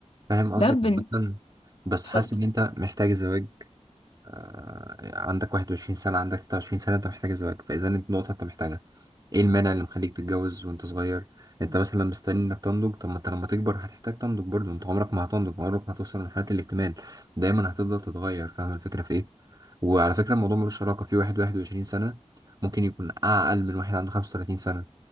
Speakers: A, on the right; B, on the left.
A: فاهم قصدك
B: ده بن
A: عامة بس
B: اتفضل
A: حاسس ان انت محتاج الزواج آه، عندك 21 سنة عندك 26 سنة أنت محتاج الزواج فإذا أنت نقطة أنت محتاجها إيه المانع اللي مخليك تتجوز وأنت صغير أنت مثلا مستني إنك تنضج طب ما أنت لما تكبر هتحتاج تنضج برضه أنت عمرك ما هتنضج عمرك ما هتوصل لمرحلة الاكتمال دايما هتفضل تتغير فاهم الفكرة في إيه وعلى فكرة الموضوع ملوش علاقة في واحد 21 سنة ممكن يكون أقل من واحد عنده 35 سنة